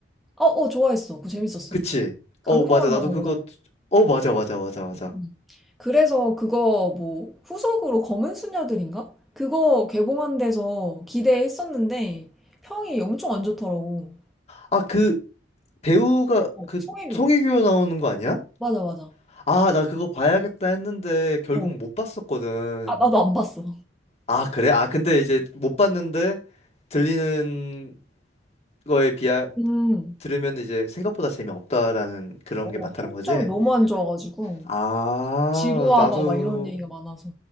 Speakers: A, in the centre; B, on the left.
A: 어, 어, 좋아했어. 그거 재밌었어.
B: 그치?
A: 강동원
B: 어, 맞아. 나도
A: 나오는
B: 그거
A: 거잖아.
B: 어, 맞아, 맞아, 맞아, 맞아.
A: 음. 그래서 그거 뭐 후속으로 검은 수녀들인가? 그거 개봉한 데서 기대했었는데 평이 엄청 안 좋더라고.
B: 아, 그 배우가
A: 어,
B: 그
A: 송혜교.
B: 송혜교 나오는 거 아니야?
A: 맞아, 맞아.
B: 아, 나 그거 봐야겠다 했는데 결국
A: 어.
B: 못 봤었거든.
A: 아, 나도 안 봤어.
B: 아, 그래? 아, 근데 이제 못 봤는데 들리는 거에 비하
A: 음.
B: 들으면 이제 생각보다 재미없다라는 그런
A: 어,
B: 게 많다는
A: 평점이
B: 거지?
A: 너무 안 좋아가지고
B: 아,
A: 지루하다
B: 나도
A: 막 이런 얘기가 많아서.